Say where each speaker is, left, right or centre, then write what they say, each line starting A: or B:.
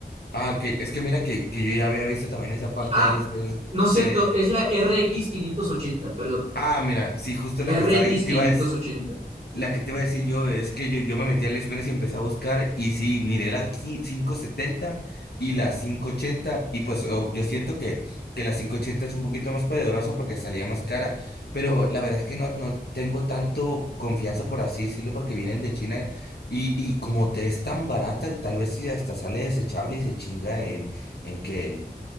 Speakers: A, on the left; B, on the right.
A: Ah, que es que mira que, que yo ya había visto también esa parte
B: Ah,
A: de AliExpress
B: no es cierto,
A: de...
B: es la rx ochenta. perdón,
A: Ah, mira, sí, justo la
B: rx
A: que estaba ahí, te iba a decir,
B: ochenta.
A: la que te iba a decir yo es que yo, yo me metí a AliExpress y empecé a buscar y sí, miré la qui- 570 y la 580 y pues oh, yo siento que, que la 580 es un poquito más poderosa porque salía más cara, pero la verdad es que no, no tengo tanto confianza por así decirlo porque vienen de China y, y como te es tan barata, tal vez si hasta sale desechable y se chinga en, en que...